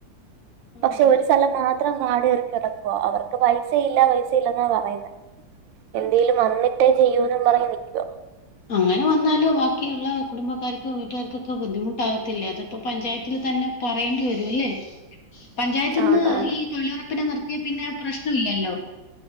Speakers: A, on the right (about 80°); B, on the left (about 60°).
A: പക്ഷെ
B: അതെ
A: ഒരു സ്ഥലം മാത്ര ത്രം കാട് കയറി കിടക്കുവ അവർക്ക് പൈസയില്ല പൈസയില്ല എന്നാ പറയുന്നത് എന്തേലും വന്നി ട്ടേ ചെയ്യോ എന്നും പറഞ്ഞ് നിൽക്കുവ
B: അങ്ങനെ വന്നാല് ബാക്കിയുള്ള കുടുംബക്കാർക്കും വീട്ടുകാര് ക്കൊക്കെ ബുദ്ദിമുട്ടാവത്തിലെ അത് ഇപ്പൊ പഞ്ചായത്തിൽ തന്നെ പറയേണ്ടി വരും അല്ലേ പഞ്ചായത്ത് നിന്ന്
A: ആണാണ്
B: ഈ തൊഴിലുറപ്പിനെ നിർത്തിയ പിന്നെ പ്രശ്നം ഇല്ലല്ലോ